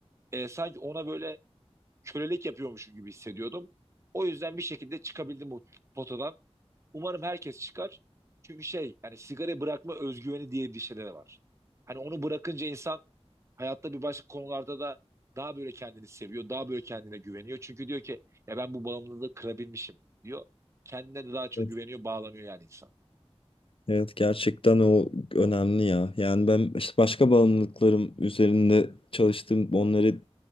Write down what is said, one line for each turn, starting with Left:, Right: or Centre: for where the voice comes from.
Right: e, sanki ona böyle kölelik yapıyormuşum gibi hissediyordum. O yüzden bir şekilde çıkabildim bu potadan. Umarım herkes çıkar. Çünkü şey yani sigara bırakma özgüveni diye bir şeyler var. Hani onu bırakınca insan hayatta bir başka konularda da daha böyle kendini seviyor, daha böyle kendine güveniyor. Çünkü diyor ki ya ben bu bağımlılığı kırabilmişim diyor. Kendine de daha çok
Left: Evet,
Right: güveniyor, bağlanıyor yani insan.
Left: evet, gerçekten o önemli ya. Yani ben işte başka bağımlılıklarım üzerinde çalıştım. Onları